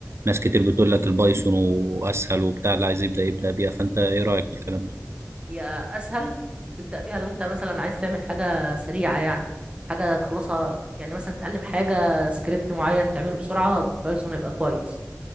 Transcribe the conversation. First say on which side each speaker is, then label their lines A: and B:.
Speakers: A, on the right (about 55°); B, on the right (about 20°).
A: ناس كتير بتقول لك البايثون واسهل وبتاع اللي عايز يبدأ يبدأ بيها فانت ايه رأيك في الكلام ده
B: هي اسهل تبدا بيها لو انت مثلا عايز تعمل حاجه سريعه يعني حاجه تخلصها يعني مثلا تتعلم حاجه سكريبت معين تعمله بسرعه بايثون هيبقى كويس